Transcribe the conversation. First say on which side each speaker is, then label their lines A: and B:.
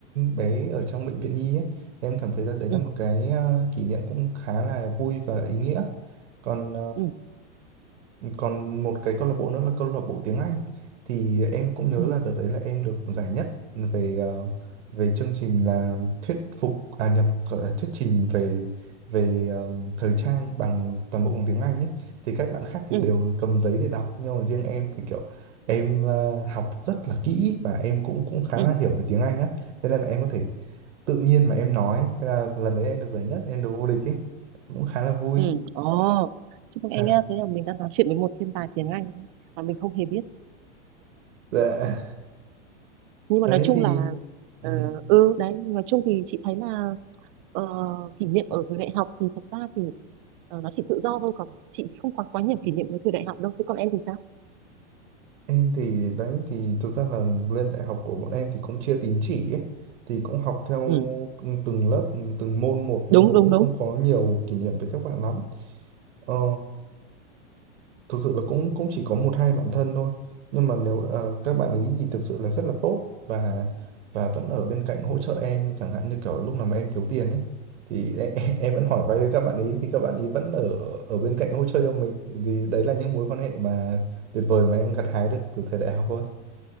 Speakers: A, on the right; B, on the right.
A: bé ở trong bệnh viện nhi ấy em cảm thấy là đấy
B: ừ,
A: là một cái ờ, kỷ niệm cũng khá là vui và ý nghĩa còn
B: ừ,
A: còn một cái câu lạc bộ nữa là câu lạc bộ tiếng Anh thì em cũng nhớ
B: ừ,
A: là đợt đấy là em được giải nhất về ờ, về chương trình là thuyết phục à nhầm gọi là thuyết trình về về ờ, thời trang bằng toàn bộ bằng tiếng Anh ấy thì các bạn khác thì
B: ừ,
A: đều cầm giấy để đọc nhưng mà riêng em thì kiểu em ờ, học rất là kỹ và em cũng cũng khá
B: ừ,
A: là hiểu về tiếng Anh á thế nên là em có thể tự nhiên mà em nói Thế là lần đấy em được giải nhất em được vô địch ấy cũng khá là vui
B: ừ.
A: <laughs>
B: Ồ, chúc mừng em
A: Ha,
B: nhá, thế là mình đang nói chuyện với một thiên tài tiếng Anh mà mình không hề biết.
A: dạ
B: Nhưng mà
A: đấy
B: nói chung
A: thì
B: là,
A: ừ,
B: ờ, ừ, đấy, nói chung thì chị thấy là ờ, kỷ niệm ở thời đại học thì thật ra thì ờ, nó chỉ tự do thôi, còn chị thì không có quá nhiều kỷ niệm với thời đại học đâu, thế còn em thì sao?
A: em thì đấy thì thực ra là lên đại học của bọn em thì cũng chia tín chỉ ấy thì cũng học theo
B: Ừ,
A: ừ, từng lớp ừ, từng môn một nên
B: đúng,
A: là
B: đúng,
A: cũng
B: đúng.
A: không có nhiều kỷ niệm với các bạn lắm Ờ, thực sự là cũng cũng chỉ có một hai bạn thân thôi nhưng mà nếu ờ, các bạn ấy thì thực sự là rất là tốt và và vẫn ở bên cạnh hỗ trợ em chẳng hạn như kiểu lúc nào mà em thiếu tiền ấy thì em, <laughs> em vẫn hỏi vay với các bạn ấy thì các bạn ấy vẫn ở ở bên cạnh hỗ trợ cho mình thì, thì đấy là những mối quan hệ mà tuyệt vời mà em gặt hái được từ thời đại học thôi